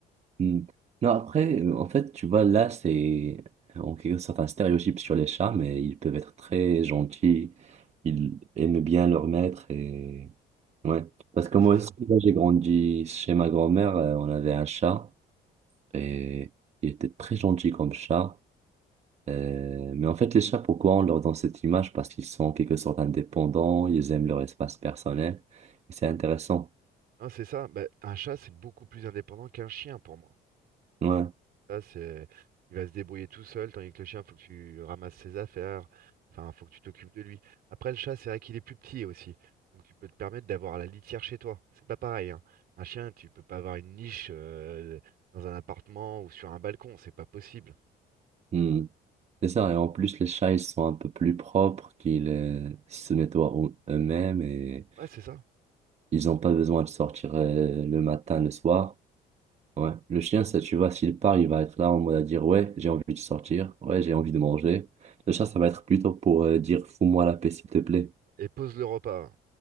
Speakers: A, on the right; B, on the right.
A: Hmm. Non, après, euh, en fait, tu vois, là, c'est en quelque sorte un stéréotype sur les chats, mais ils peuvent être très gentils. Ils aiment bien leur maître et... Ouais. Parce
B: Hein,
A: que moi
B: c'est ça.
A: aussi, moi, j'ai grandi chez ma grand-mère, euh, on avait un chat. Et il était très gentil comme chat. Euh, mais en fait, les chats, pourquoi on leur donne cette image? Parce qu'ils sont en quelque sorte indépendants, ils aiment leur espace personnel. Et c'est intéressant.
B: Hein, c'est ça. Bah, un chat, c'est beaucoup plus indépendant qu'un chien pour moi.
A: Ouais.
B: Ça, c'est... Il va se débrouiller tout seul, tandis que le chien, faut que tu ramasses ses affaires. Enfin, faut que tu t'occupes de lui. Après, le chat, c'est vrai qu'il est plus petit aussi. Donc, tu peux te permettre d'avoir la litière chez toi. C'est pas pareil, hein. Un chien, tu peux pas avoir une niche euh, dans un appartement ou sur un balcon. C'est pas possible.
A: Hmm. C'est ça. Et en plus, les chats, ils sont un peu plus propres, qu'ils euh, se nettoient eux- eux-mêmes et
B: Ouais, c'est ça.
A: ils n'ont pas besoin de sortir euh, le matin, le soir. Ouais. Le chien, ça, tu vois, s'il part, il va être là en mode à dire, ouais, j'ai envie de sortir, ouais, j'ai envie de manger. Le chat, ça va être plutôt pour euh, dire, fous-moi la paix, s'il te plaît.
B: Et pose le repas.